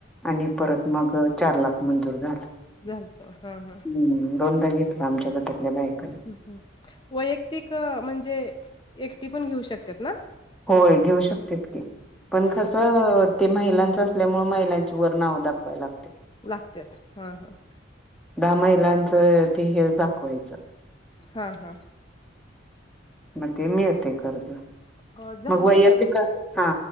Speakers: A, in the centre; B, on the left.
A: आणि परत मग चार लाख मंजूर झालं.
B: झालत हा हा
A: हम्म दोनदा घेतल आमच्या गटातल्या बायकांनी.
B: हम्म हम्म वैयक्तिक म्हणजे एकटी पण घेऊ शकत्यात ना.
A: होय घेऊ शकतेत की पण
B: हा
A: कसं
B: हा
A: ते महिलांच असल्यामुळे महिलांची वर नाव दाखवाय लाग
B: लागत्यात हा हा.
A: दहा महिलांचं ते हेच दाखवायचं.
B: हा हा.
A: मग ते मिळते कर्ज
B: अ झालंय
A: मग वैयक्तीक
B: बघा
A: कर्ज हा.